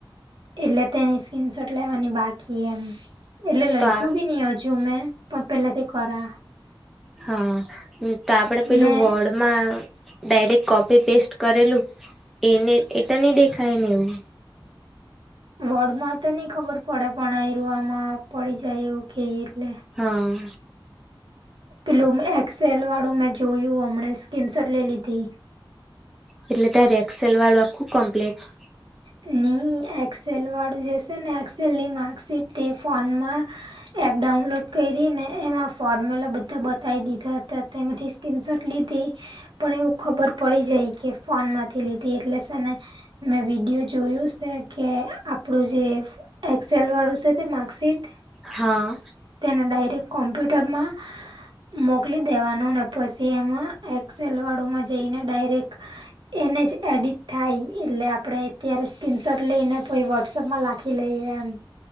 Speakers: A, on the right; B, in the centre.
A: એટલે તેની સ્કીન શટ લેવાની બાકી એમ, એટલે
B: તો
A: લખું
B: આ
A: બી નઈ હજુ મેં પણ પેલાથી કરા.
B: હા, તો આપડે પેલું
A: ને
B: વોર્ડમાં ડાયરેક્ટ કોપી પેસ્ટ કરેલું, એને એ તો નહી દેખાય ને એવું?
A: વડ માં તો નઈ ખબર પડે પણ આ ર આમાં પડી જાય એવું કે એટલે.
B: હા.
A: પ્લૂમ એક્સેલ વાળું મેં જોયું હમને સ્ક્રીન શોટ લે લીધી.
B: એટલે ત્યારે એક્સેલ વાળું આખું કમ્પ્લીટ?
A: ની એક્સેલ વાળું જેશે ને એક્સેલની માર્કશીટ ફોનમાં એપ ડાઉનલોડ કરીને એમાં ફોર્મ્યુલા બધા બતાવી દીધા હતા તેમાંથી તનસોટ લીધી. પણ એવું ખબર પડી જાય કે ફોન માંથી લીધી, એટલે ને મેં વિડીયો જોયું છે કે આપડું જે એક્સેલ વાળું છે તે માર્કશીટ.
B: હા.
A: તેને ડાયરેક્ કોમ્પ્યુટરમાં મોકલી દેવાનું ને પછી એમાં એક્સેલવાળુંમાં જઈને ડાયરેક્ એને જ એડીટ થાય એટલે આપડણે અત્યારે સ્ક્રીનશોટ લઈને પછ વોટ્સપમાં લખી લઈએ એમ.